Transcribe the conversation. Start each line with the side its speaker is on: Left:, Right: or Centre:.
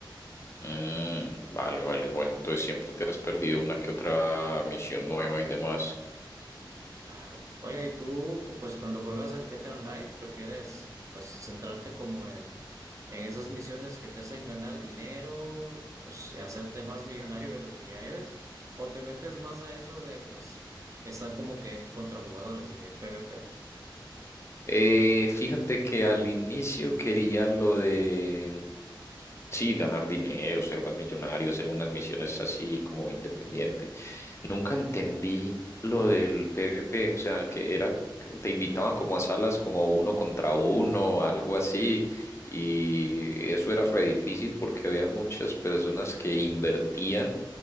Left: Mm, vale, vale, bueno, entonces siempre te has perdido una que otra misión nueva y demás.
Right: Claro. Oye, ¿y tú cu- pues cuando juegas el GTA Online prefieres pues centrarte como en, en esas misiones que te hacen ganar dinero y pues y hacerte más millonario de lo que ya eres? ¿O te metes más a eso de pues estar como que contra jugadores en el PvP?
Left: Eh, fíjate que al inicio quería lo de, sí, ganar dinero, ser más millonario, hacer unas misiones así como independiente. Nunca entendí lo del PvP, o sea, que era, que te invitaban como a salas como uno contra uno, algo así, y eso era re difícil porque había muchas personas que invertían